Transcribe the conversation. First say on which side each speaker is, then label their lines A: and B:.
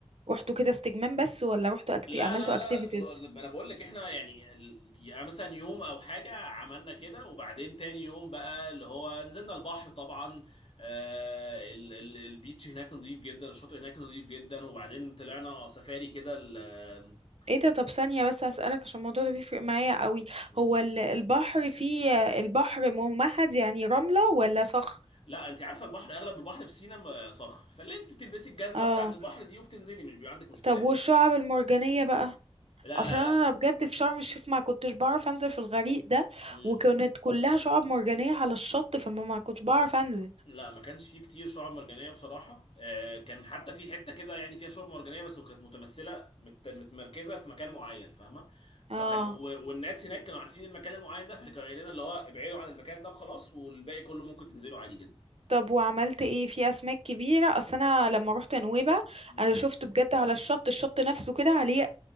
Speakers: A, on the right (about 65°); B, on the left (about 60°).
A: رحتوا كده استجمام بس ولا رحتوا أكتي...
B: لا
A: عملتوا
B: لا لا
A: activities
B: لا، ما انا بقول لك احنا يعني ال- يعني مثلا يوم او حاجه عملنا كده وبعدين تاني يوم بقى اللي هو نزلنا البحر طبعا آه ال- ال- البيتش هناك نظيف جدا الشاطئ هناك نظيف جدا وبعدين طلعنا سفاري كده ال- آم،
A: ايه ده طب ثانية بس هسألك عشان الموضوع ده بيفرق معايا قوي
B: مم.
A: هو ال- البحر فيه البحر ممهد يعني رملة ولا صخر
B: لا انت عارفه البحر اغلب البحر في سينا م- صخر فاللي انت بتلبسي الجزمه
A: اه
B: بتاعت البحر دي وبتنزلي مش بيبقى عندك مشكله
A: طب
B: يعني
A: والشعب المرجانية بقى
B: لا
A: عشان
B: لا
A: انا
B: لا
A: بجد في شرم الشيخ ما كنتش بعرف انزل في الغريق ده
B: مم.
A: وكانت كلها شعب مرجانية على الشط فما ما كنتش بعرف انزل
B: لا ما كانش فيه كتير شعاب مرجانيه بصراحه آه، كان حتى في حته كده يعني فيها شعاب مرجانيه بس كانت متمثله مت- متمركزه في مكان معين فاهمه فكان
A: اه
B: هو والناس هناك كانوا عارفين المكان المعين ده فكانوا قايلين لنا اللي هو ابعدوا عن المكان ده وخلاص والباقي كله ممكن تنزلوا عادي جدا
A: طب وعملت ايه في اسماك كبيرة اصل انا لما روحت نويبع
B: مم.
A: انا شفت بجد على الشط الشط نفسه كده عليه